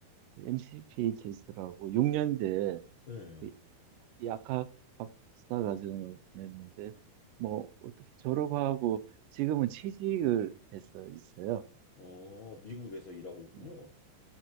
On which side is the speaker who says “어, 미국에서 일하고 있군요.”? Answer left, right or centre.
Left